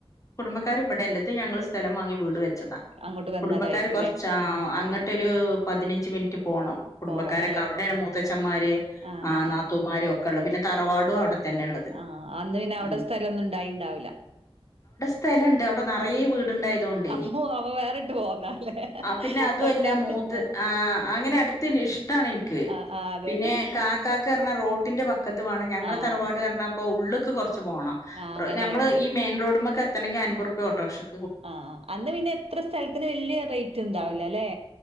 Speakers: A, on the left; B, on the right.
A: കുടുംബക്കാർ ഇവിടെല്ല ത് ഞങ്ങൾ സ്ഥലം വാങ്ങി വീട് വെച്ചതാ.
B: അങ്ങോട്ട് വന്നതായിരിക്കുംല്ലേ
A: കുടുംബക്കാര് കൊറച്ച് ആ അങ്ങട്ടരു
B: ആഹ്
A: പതിനഞ്ച് മിനിറ്റ് പോണം കുടുംബക്കാരൊക്കെ
B: പോവണല്ലേ
A: അവിടേണ് മൂത്തച് അച്ചന്മാര്,
B: ആഹ്
A: ആ
B: ആഹ്
A: നാത്തൂമാര് ഒക്കെ ഉള്ള പിന്നെ തറവാടും അവിടെ തന്നെ ഉള്ളത്.
B: ആഹ് അന്ന് പിന്നെ അവിടെ
A: ഉം
B: സ്ഥലംന്നും ഇണ്ടായിണ്ടാവില്ല.
A: സ്ഥലംണ്ട് അവിടെ നെറയ വീട് ണ്ടായത്കൊണ്ടെ
B: അപ്പൊ അവ വേറിട്ട് പോന്നല്ലേ
A: അ പിന്നെ അതുല്ല
B: തൊട്ടടുത്ത്
A: മൂത്ത്
B: ആഹ്
A: ആ അങ്ങനെ. <unintelligible> ഇഷ്ട്ടാണെനിക്ക്.
B: ആഹ് ആഹ് അതെ
A: പിന്നെ കാക്കാക്ക് ർഞ്ഞാൽ റോട്ടിന്റെ വക്കത്ത് വേണം ഞങ്ങളെ
B: ആഹ്
A: തറവാട് ർഞ്ഞാൽ പ്പൊ ഉള്ള്ക്ക് കൊർ ച്ച് പോണം
B: ആഹ് അങ്ങനെ
A: നമ്മൾ
B: ആയോണ്ട്
A: ഈ മെയിൻറോഡ്മക്കെത്തണെങ്കിൽ അൻമ്പുറുപ്യ ഓട്ടോറിക്ഷക്ക.
B: ആ ആഹ് അന്ന് പിന്നെ എത്ര സ്ഥലത്തിന് വല്യ റേറ്റ് ഇണ്ടാവുല ല്ലേ?